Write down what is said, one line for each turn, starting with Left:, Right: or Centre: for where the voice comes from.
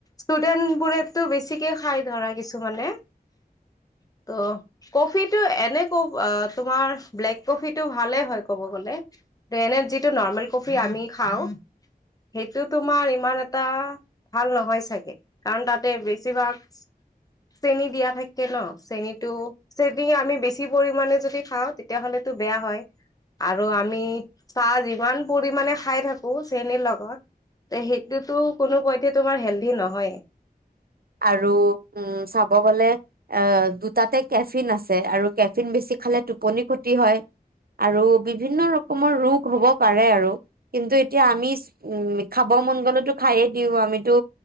Left: ষ্টুডেণ্ট বোৰেটো বেছিকে খাই ধৰা কিছুমানে। অ, কফিটো এনেক-আ তোমাৰ ব্লেক কফিটো ভালে হয় ক'ব গলে। এনে যিটো নৰ্মেল কফি আমি খাওঁ সেইটো তোমাৰ ইমান এটা ভাল নহয় চাগে? কাৰণ তাতে বেছিভাগ চেনি দিয়া থাকে ন, চেনিটো চেনি আমি বেছি পৰিমাণে যদি খাওঁ তেতিয়াহলেতো বেয়া হয়। আৰু আমি চাহ যিমান পৰিমাণে খাই থাকোঁ চেনিৰ লগত তেহ সেইটোতো কোনোপধ্যেই তোমাৰ হেলডি নহয়।
Right: আৰু উম, চাব কব গলে আ, দুটাতে কেফিন আছে। আৰু কেফিন বেছি খালে টোপনি ক্ষতি হয়। আৰু বিভিন্ন ৰকমৰ ৰোগ হ'ব পাৰে। আৰু কিন্তু এতিয়া আমি উম, খাব মন গলেতো খায়ে দিওঁ আমিতো